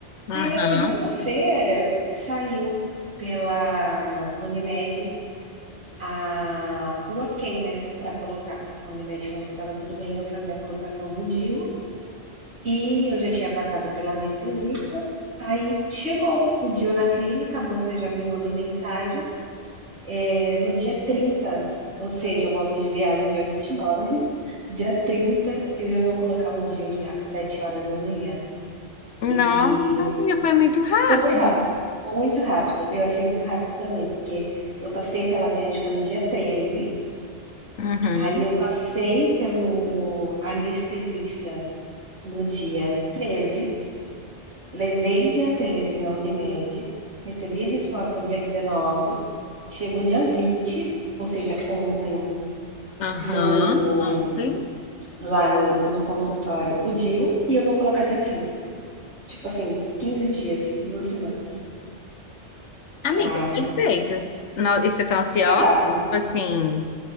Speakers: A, on the left; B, on the right.
A: Aham.
B: Aí na segunda-feira saiu pela Unimed a o ok, né, para colocar. A Unimed falou que estava tudo bem eu fazer a colocação do DIU, e eu já tinha passado pelo anestesista, aí chegou o DIU na clínica, a moça já me mandou mensagem, eh, no dia trinta, ou seja, eu volto de viagem dia 29, <laughs> dia 30 eu já vou colocar o DIU já, sete horas da manhã.
A: Nossa,
B: E
A: amiga, foi muito rápido.
B: super rápido, muito rápido, eu achei muito rápido também, porque eu passei pela médica no dia 13.
A: Uhum.
B: Aí eu passei pelo anestesista no dia 13. levei dia 13 na Unimed, recebi a resposta dia 19. chegou dia 20, ou seja, ontem,
A: Aham.
B: no
A: Ontem.
B: lá no no consultório, o DIU, e eu vou colocar dia 30. Tipo assim, 15 dias, 2 semanas,
A: Amiga,
B: pra
A: perfeito. No- E você tá ansiosa?
B: que é rápido.
A: Tipo
B: né?
A: assim,